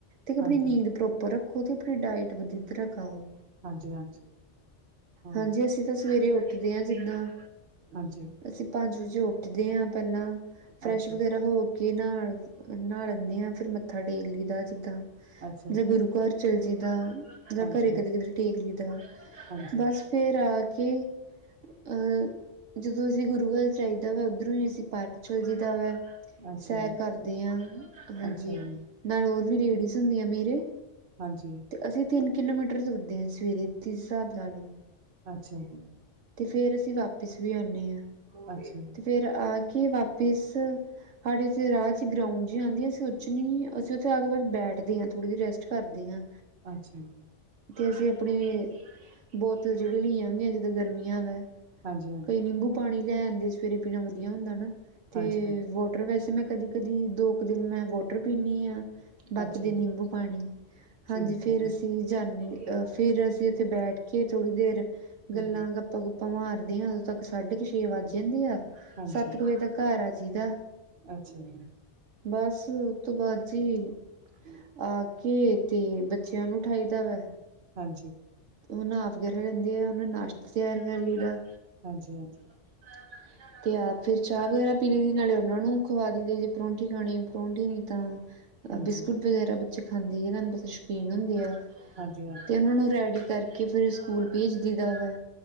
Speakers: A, on the right; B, on the right.
A: ਇਕ ਆਪਣੀ
B: ਹਾਂਜੀ
A: ਨੀਂਦ ਪ੍ਰੋਪਰ ਰੱਖੋ, ਤੇ ਆਪਨੀ ਡਾਇਟ ਵਧੀ ਤਰਾ ਖਾਓ।
B: ਹਾਂਜੀ ਹਾਂ
A: ਹਾਂਜੀ, ਅਸੀਂ ਤਾਂ ਸਵੇਰੇ ਉਠਦੇ ਆਂ ਜਿੱਦਾਂ
B: ਹਾਂਜੀ।
A: ਅਸੀਂ ਪੰਜ ਵਜੇ ਉੱਠਦੇ ਆਂ ਪਹਿਲਾਂ, ਫਰੈਸ਼
B: ਅੱਛਾ
A: ਵਗੈਰਾ
B: ਜੀ
A: ਹੋ ਕੇ ਨ੍ਹਾਲ, ਨ੍ਹਾ ਲੈਂਨੇ ਆਂ, ਫੇਰ ਮੱਥਾ ਟੇਕ ਲਈਦਾ ਜਿੱਦਾਂ।
B: ਅੱਛਾ
A: ਜਾ
B: ਜੀ
A: ਗੁਰੂ ਘਰ ਚਲਜੀ ਦਾ, ਜਾ
B: ਹਾਂਜੀ
A: ਘਰੇ
B: ਹਾਂਜੀ
A: ਕਦੇ-ਕਦੇ ਟੇਕ ਲੀਦਾ,
B: ਹਾਂਜੀ
A: ਬਸ। ਫੇਰ ਆਕੇ, ਅ ਜਦੋਂ ਅਸੀਂ ਗੁਰੂ ਘਰ ਚਾਈਦਾ ਵਾ, ਓਧਰੋਂ ਈ ਅਸੀਂ ਪਾਰਕ ਚਲ ਜੀਦਾ ਵੈ,
B: ਅੱਛਾ
A: ਸੈਰ
B: ਜੀ
A: ਕਰਦੇ ਆਂ, ਹਾਂਜੀ।
B: ਅੱਛਾ ਜੀ
A: ਨਾਲ ਓਰ ਵੀ ਲੇਡੀਜ਼ ਹੁੰਦੀਆਂ ਮੇਰੇ,
B: ਹਾਂਜੀ
A: ਤੇ ਅਸੀਂ ਤਿੰਨ ਕਿਲੋਮੀਟਰ ਤੁਰਦੇ ਆਂ ਸਵੇਰੇ, ਤੁਸੀ ਸ੍ਹਾਬ ਲਾਲੋ।
B: ਅੱਛਾ ਜੀ।
A: ਤੇ ਫੇਰ ਅਸੀ ਵਾਪਿਸ ਵੀ ਆਂਨੇ ਆ,
B: ਅੱਛਾ ਜੀ,
A: ਤੇ ਫੇਰ ਆ ਕਿ ਵਾਪਿਸ, ਹਾਡੇ ਇੱਥੇ ਰਾਹ'ਚ ਗ੍ਰਾਉਂਡ ਜੀ ਆਂਦੀ ਆ, ਅਸੀਂ ਉ'ਚ ਨਈ ਅਸੀਂ ਉੱਥੇ ਆਕੇ ਬਸ ਬੈਠਦੇ ਆਂ, ਥੋੜ੍ਹੀ ਜਿਹੀ ਰੈਸਟ ਕਰਦੇ ਆਂ।
B: ਅੱਛਾ ਜੀ।
A: ਤੇ ਅਸੀਂ ਅਪਣੀ ਬੋਤਲ ਜੀ ਲਈਆਂ ਹੁੰਦੀਆਂ, ਜਿੱਦਾਂ ਗਰਮੀਆਂ ਵੈ।
B: ਹਾਂਜੀ-
A: ਕਈ ਨਿੰਬੂ ਪਾਣੀ ਲੈ ਆਂਦੇ, ਸਵੇਰੇ ਪੀਣਾ ਵਧੀਆ ਹੁੰਦਾ ਨਾ। ਤੇ,
B: ਹਾਂਜੀ, ਹਾਂਜੀ-
A: ਵੌਟਰ ਵੈਸੇ ਮੈਂ ਕਦੀ-ਕਦੀ ਦੋ ਕੁ ਦਿਨ ਮੈਂ ਵੋ ਟਰ ਪੀਨੀਂ ਆ, ਬਾਕੀ
B: ਹਾਂਜੀ ਅੱਛਾ
A: ਦੇ
B: ਜੀ,
A: ਨਿੰਬੂ ਪਾਣੀ,
B: ਠੀਕ
A: ਹਾਂਜੀ, ਫੇਰ
B: ਹੈ,
A: ਅਸੀਂ ਜਾਂਨੇੇ ਅ ਫਿਰ ਅਸੀਂ ਉੱਥੇ ਬੈਠਕੇ ਥੋੜੀ ਦੇਰ,
B: ਹੂੰ-
A: ਗੱਲਾਂ,
B: ਹੂੰ
A: ਗੱਪਾਂ-ਗੁੱਪਾਂ ਮਾਰਦੇ ਆ, ਉਦੋਂ ਤੱਕ ਸਾਢੇ ਕ ਛੇ ਵੱਜ ਜਾਂਦੇ ਆ,
B: ਹਾਂਜੀ,
A: ਸੱਤ ਕ ਵਜੇ ਤੱਕ ਘਰ ਆਜੀ ਦਾ।
B: ਅੱਛਾ ਜੀ, ਹਾਂਜੀ,
A: ਬਸ, ਉ ਤੋ ਬਾਅਦ ਜੀ
B: ਹਮ <inaudible>
A: ਆ ਕੇ ਤੇ ਬੱਚਿਆਂ ਨੂੰ ਉਠਾਈਦਾ ਵਾ
B: ਹਾਂਜੀ।
A: ਉਹ ਨਾ ਆਪ ਕਰ ਲੈਂਦੇ ਆ ਉਹਨੇ ਨਾਸ਼ਤਾ ਤਿਆਰ ਕਰ ਲਈਦਾ।
B: ਹਾਂਜੀ-ਹਾਂਜੀ।
A: ਹਾਂਜੀ <inaudible> ਤੇ ਆਪ ਫਿਰ ਚਾਹ ਵਗੈਰਾ ਪੀ ਲਈ ਦੀ, ਨਾਲੇ ਉਹਨਾਂ ਨੂੰ ਖਵਾ ਦਿੰਦੇ ਜੇ ਪਰੌਂਠੀ ਖਾਣੀ ਪਰੌਂਠੀ ਨੀ ਤਾਂ
B: ਹਾਂਜੀ-
A: ਬਿਸਕੁਟ ਵਗੈਰਾ ਬੱਚੇ ਖਾਂਦੇ ਹੀ ਰਹਿੰਦੇ ਹੈ, ਤੁਹਾਨੂੰ ਪਤਾ ਸ਼ੌਕੀਨ ਹੁੰਦੇ ਆ
B: ਹਾਂਜੀ
A: ਤੇ ਉਹਨਾਂ ਨੂੰ ਰੈਡੀ ਕਰਕੇ ਫਿਰ ਸਕੂਲ ਭੇਜਦਈ ਦਾ ਵਾ।